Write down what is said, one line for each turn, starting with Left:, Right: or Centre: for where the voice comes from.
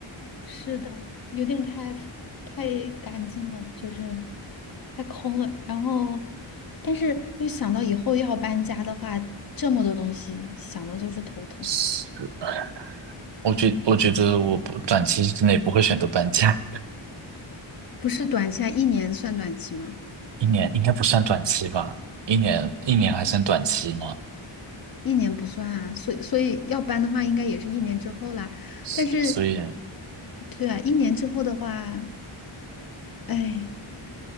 Left: 是的，有点太太干净了，就是太空了。然后，但是又想到以后要搬家的话，这么多东西，想到就是头疼。
Right: 是，我觉我觉得我不短期之内不会选择搬家，
Left: 不是短期啊，一年算短期吗？
Right: <laughs> 一年应该不算短期吧？一年一年还算短期吗？
Left: 一年不算啊，所以所以要搬的话，应该也是一年之后啦。
Right: 是所以。
Left: 但是，对啊，一年之后的话，哎，